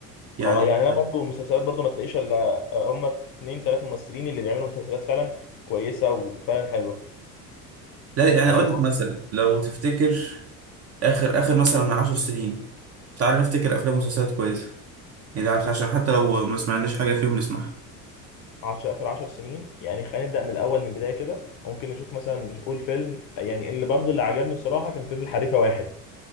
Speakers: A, on the right; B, on the left.
A: يعني
B: أه يعني أنا برضو مسلسلات برضو ما تلاقيش إلا آه، هما اتنين تلات ممثلين اللي بيعملوا مسلسلات فعلا كويسة وفعلا حلوة
A: لا يعني
B: يعني
A: أقول لك مثلا لو تفتكر آخر آخر مثلا من عشر سنين تعال نفتكر أفلام ومسلسلات كويسة يعني ده عشان حتى لو ما سمعناش حاجة فيهم نسمعها
B: عشر آخر 10 سنين يعني خلينا نبدأ من الأول من البداية كده ممكن نشوف مثلا نقول فيلم يعني اللي برضو اللي عجبني بصراحة كان فيلم الحريفة واحد